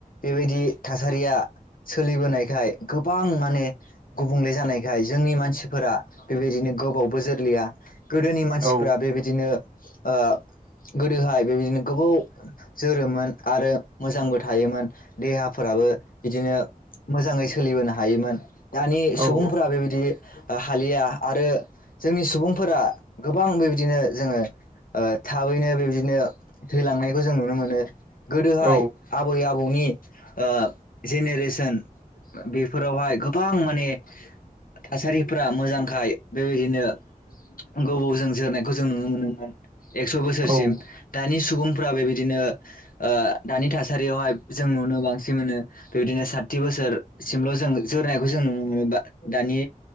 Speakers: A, on the left; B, on the right.
A: बेबायदि थासारिया सोलिबोनायखाय गोबां माने गुबुंले जानायखाय जोंनि मानसिफोरा बेबायदिनो गोबावबो जोरलिया गोदोनि मानसिफ्रा
B: औ
A: बेबायदिनो <inaudible> ओ गोदोहाय बेबायदिनो गोबाव जोरोमोन आरो मोजांबो थायोमोन देहाफोराबो बिदिनो मोजाङै सोलिबोनो हायोमोन दानि सुबुंफोरा
B: औ
A: बेबायदि दा हालिया आरो जोंनि सुबुंफोरा गोबां बेबायदिनो जोङो ओ थाबैनो बेबायदिनो थैलांनायखौ जों नुनो मोनो गोदोहाय
B: औ
A: आबै आबौनि आ जेनेरेसोन बेफोरावहाय गोबां माने थासारिफ्रा मोजांखाय बेबायदिनो गोबावजों जोरनायखौ जों नुनो मोनोमोन। एक्स' बोसोरसिम
B: औ
A: दानि सुबुंफ्रा बेबायदिनो ओ दानि थासारियावहाय जों नुनो बांसिन मोनो बेबायदिनो साथि बोसोरसिमल' जों जोरनायखौ जों नुनो मोनो बा दानि